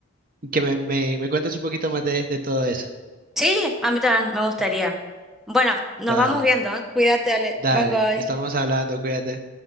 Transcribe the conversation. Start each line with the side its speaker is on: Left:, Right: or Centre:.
Right: y que me, me, me cuentes un poquito más de, de todo eso.
Centre: Sí, a mí también me gustaría. Bueno, nos
Right: Vale,
Centre: vamos viendo, ¿eh? Cuídate, Ale.
Right: dale,
Centre: Bye bye.
Right: estamos hablando, cuídate.